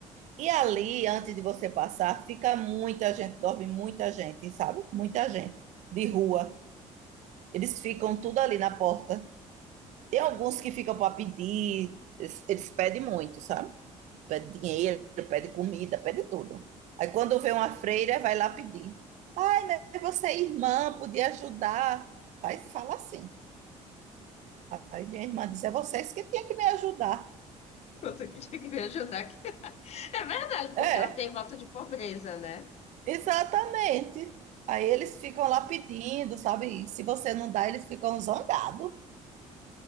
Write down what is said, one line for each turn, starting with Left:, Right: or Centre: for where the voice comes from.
Right: E ali, antes de você passar, fica muita gente, dorme muita gente, sabe? Muita gente de rua. Eles ficam tudo ali na porta. Tem alguns que ficam para pedir, eles, eles pedem muito, sabe? pede dinheiro, pede comida, pede tudo. Aí quando vê uma freira, vai lá pedir. Ai, mas você é irmã, podia ajudar. Faz, fala assim. Aí minha irmã diz, é vocês que tinham que me ajudar.
Left: Pronto, que tinha que me ajudar aqui. <laughs> É verdade, porque
Right: É,
Left: ela tem voto de pobreza, né?
Right: exatamente. Aí eles ficam lá pedindo, sabe? E se você não dá, eles ficam zangados.